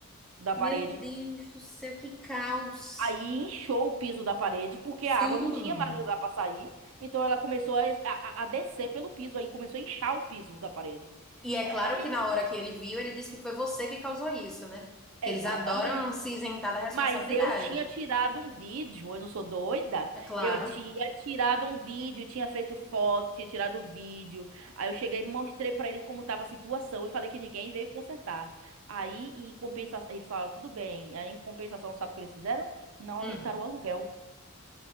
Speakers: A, on the right; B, in the centre.
A: da
B: Meu
A: parede.
B: Deus do céu, que caos.
A: Aí inchou o piso da parede, porque
B: sim.
A: a água não tinha mais lugar para sair. Então ela começou a, a, a descer pelo piso, aí começou a inchar o piso da parede.
B: E é
A: É,
B: claro que na
A: e-
B: hora que ele viu, ele disse que foi você que causou isso, né? Porque
A: exatamente.
B: eles adoram se isentar da responsabilidade.
A: Mas eu tinha tirado um vídeo, eu não sou doida.
B: É claro.
A: Eu tinha tirado um vídeo, tinha feito foto, tinha tirado o vídeo. Aí eu cheguei e mostrei para eles como estava a situação e falei que ninguém veio consertar. Aí, em compensação, eles falaram, tudo bem. Aí, em compensação, sabe o que eles fizeram? Não aumentaram
B: Hum.
A: o aluguel.